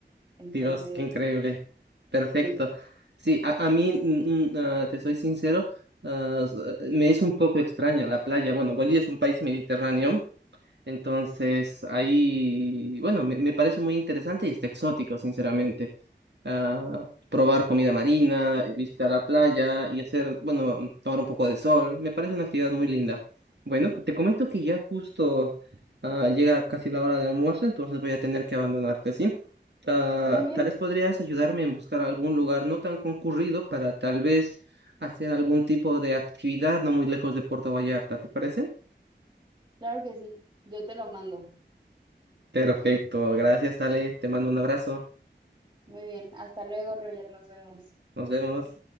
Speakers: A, on the right (about 25°); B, on the right (about 65°).
A: Entonces,
B: Dios, qué increíble. Perfecto.
A: sí.
B: Sí, a, a mí, mm, mm, ah, te soy sincero, ah, s- eh, me es un poco extraña la playa. Bueno, Bolivia es un país mediterráneo, entonces ahí, bueno, me, me parece muy interesante y está exótico, sinceramente. ah, probar comida marina, visitar la playa y hacer, bueno, tomar un poco de sol. Me parece una actividad muy linda. Bueno, te comento que ya justo ah, llega casi la hora de almuerzo, entonces voy a tener que abandonarte, ¿sí? Ah,
A: Muy bien,
B: tal vez podrías ayudarme en buscar algún lugar no tan concurrido para tal vez hacer algún tipo de actividad no muy lejos de Puerto Vallarta, ¿te parece?
A: claro que sí. Yo te lo mando.
B: Perfecto, gracias Ale, te mando un abrazo,
A: Muy bien, hasta luego, Roger, nos vemos.
B: nos vemos.